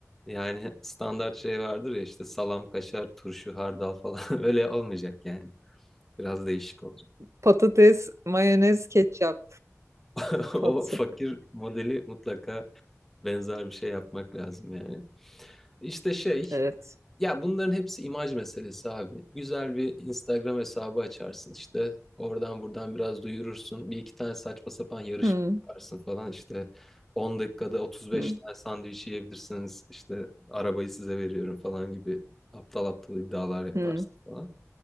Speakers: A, in the centre; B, on the right.
A: yani standart şey vardır ya işte salam, kaşar, turşu, hardal falan <laughs> öyle olmayacak yani. Biraz değişik olacak.
B: patates, mayonez, ketçap,
A: <laughs> O
B: patsı.
A: fakir modeli mutlaka benzer bir şey yapmak lazım yani. İşte şey
B: Evet.
A: Ya bunların hepsi imaj meselesi abi. Güzel bir Instagram hesabı açarsın işte. Oradan buradan biraz duyurursun. Bir iki tane saçma sapan yarışma
B: Hmm,
A: yaparsın falan işte. 10 dakikada 35
B: hmm,
A: tane sandviç yiyebilirsiniz. İşte arabayı size veriyorum falan gibi aptal aptal iddialar yaparsın
B: hmm.
A: falan.